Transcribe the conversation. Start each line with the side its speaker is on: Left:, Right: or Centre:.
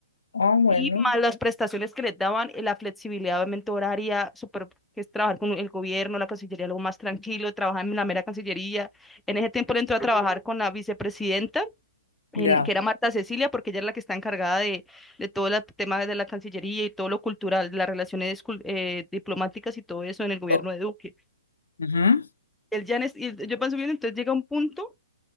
Left: Ah, bueno.
Centre: y más las prestaciones que les daban, eh, la flexibilidad obviamente horaria, súper, que es trabajar con el gobierno, la Cancillería, algo más tranquilo, trabajar en la mera Cancillería. En ese tiempo él entró a trabajar con la vicepresidenta, en-
Left: Ya.
Centre: que era Marta Cecilia, porque ella es la que está encargada de, de todo el tema de la Cancillería y todo lo cultural, las relaciones cul- eh, diplomáticas y todo eso en el gobierno
Left: O-
Centre: de Duque.
Left: Ujú.
Centre: Él ya en es- y yo pienso bien, entonces llega un punto